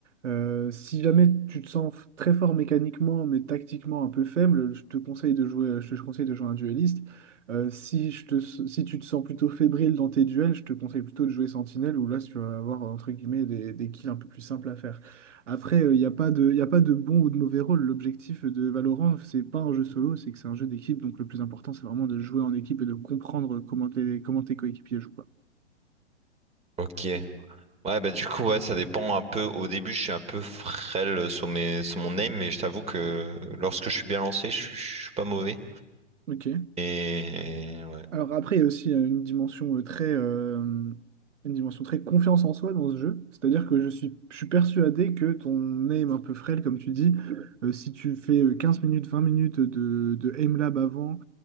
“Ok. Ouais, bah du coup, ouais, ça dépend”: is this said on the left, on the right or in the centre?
Right